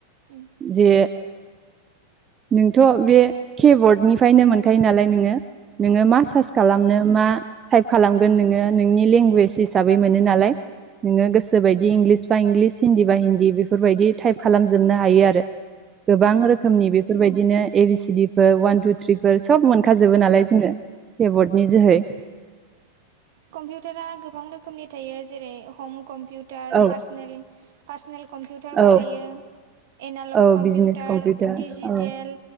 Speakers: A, on the right; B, on the right.
A: उम
B: जे नोंथ' बे केबर्डनिफ्रायनो मोनखायो नालाय नोङो नोङो
A: उम
B: मा सार्च खालामनो मा टाइप खालामगोन नोङो नोंनि लेंगुवेज हिसै मोनो नालाय नोङो गोसो बायदि इं बा इंलिस हिन्दी बा हिन्दी बेफोरबायदि टाइप खालामजोबनो हायो आरो गोबां
A: उम
B: रोखोमनि बेफोरबायदि बिदिनो ए बि सिडिफोर ववान टु थ्रिफोर सब मोनखाजोबो नालाय जोङो केबर्डनि जोहै
A: कम्पिउटारा गोबां रोखोमनि थायो जेरै हम कम्पिउटार उार
B: औ
A: पार्सनेल कम्पिउटारबो
B: औ
A: थायो एनालग
B: औ
A: कम्पिउटार
B: बिजनेस
A: डिजिटेल
B: औ